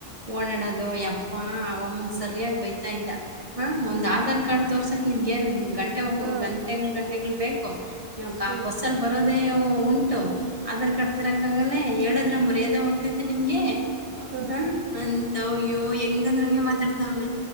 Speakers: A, on the right; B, on the right.
A: ಓಡಾಡದು ಯಪ್ಪಾ ಅವಮ್ಮಂಗ ಸರಿಯಾಗಿ ಬೈತಾ ಇದ್ದ ಆ ಒಂದ ಆಧಾರ್ ಕಾರ್ಡ್ ತೋರಿಸ ನಿನ್ ಏನ್ ಗಂಟೆ
B: ಹಾ
A: ಗಂಟೆ ಗಂಟೆಗಳ ಬೇಕು.
B: ಹ್ಮ್
A: ಬಸ್ಸಲ್ಲಿ ಬರೋದೇ ಉಂಟು ಆಧಾರ್ ಕಾರ್ಡ್ ಯಕ್ಕಾಗಲ್ಲ ಹೇಳಿದ್ರೆ ಮರ್ಯಾದೆ ಹೋಗ್ತೈತೆ ನಿಮ್ಗೆ.
B: ಹ್ಮ್
A: ಹಾ ಅಂತವಯ್ಯೋ ಹೆಂಗಂದ್ರಂಗೆ ಮಾತಾಡ್ತಾವನೆ